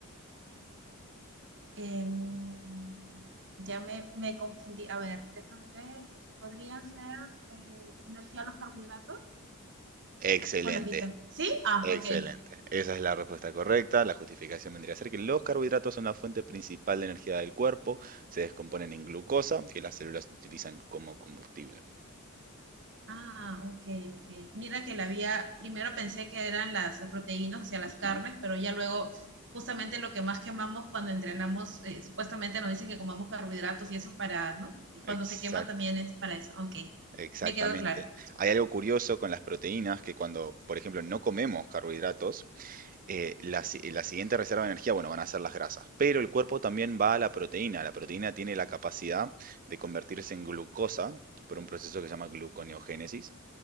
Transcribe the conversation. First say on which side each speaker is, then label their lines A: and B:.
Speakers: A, on the right; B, on the right.
A: em, ya me, me confundí. A ver, déjame ver. ¿Podría ser eh, energía a los carbohidratos
B: Excelente.
A: o las vitaminas? Sí, ah,
B: Excelente.
A: ok.
B: Esa es la respuesta correcta. La justificación vendría a ser que los carbohidratos son la fuente principal de energía del cuerpo. Se descomponen en glucosa, que las células utilizan como combustible.
A: Ah, ok, ok. Mira que la había, primero pensé que eran las, las proteínas, o sea, las
B: Ajá,
A: carnes, pero ya luego, justamente lo que más quemamos cuando entrenamos, eh, supuestamente nos dicen que comamos carbohidratos y eso para, ¿no?
B: exacto,
A: Cuando se quema también es para eso. Ok,
B: exactamente.
A: me quedó claro.
B: Hay algo curioso con las proteínas que cuando, por ejemplo, no comemos carbohidratos, eh, la, si- la siguiente reserva de energía, bueno, van a ser las grasas. Pero el cuerpo también va a la proteína. La proteína tiene la capacidad de convertirse en glucosa por un proceso que se llama gluconeogénesis.